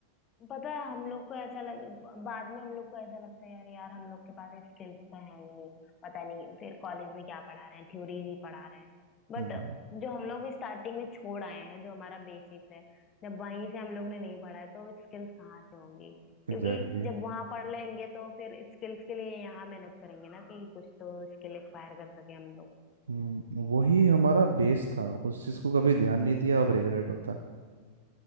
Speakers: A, on the left; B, on the right.
A: पता है हम लोग को ऐसा लग बाद में हम लोग को ऐसा लगता है यार यार हम लोग के पास स्किल्स तो है ही नहीं पता नहीं फिर कॉलेज में क्या पढ़ा रहे हैं थ्योरीज ही पढ़ा रहे हैं बट
B: हैं।
A: जो हम लोग स्टार्टिंग में छोड़ आए हैं जो हमारा बेसिक्स है जब वहीं से हम लोग ने नहीं पढ़ा है तो स्किल्स कहाँ से होंगी क्योंकि
B: Exactly exactly.
A: जब वहां पढ़ लेंगे तो फिर स्किल्स के लिए यहाँ मेहनत करेंगे ना कि कुछ तो स्किल एक्वायर कर सके हम लोग
B: हम्म वही हमारा बेस था उस चीज को कभी ध्यान नहीं दिया अब रिग्रेट होता है